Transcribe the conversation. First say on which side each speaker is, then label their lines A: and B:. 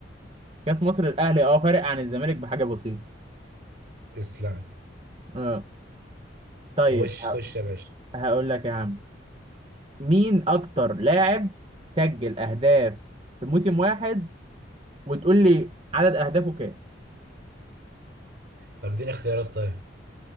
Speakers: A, on the right (about 30°); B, on the right (about 60°).
A: كاس مصر الاهلي اه فارق عن الزمالك بحاجه بسيطه
B: تسلم
A: اه طيب
B: خش
A: ه-
B: خش يا باشا
A: هقول لك يا عم مين اكتر لاعب سجل اهداف في موسم واحد وتقول لي عدد اهدافه كام
B: طب اديني اختيارات طيب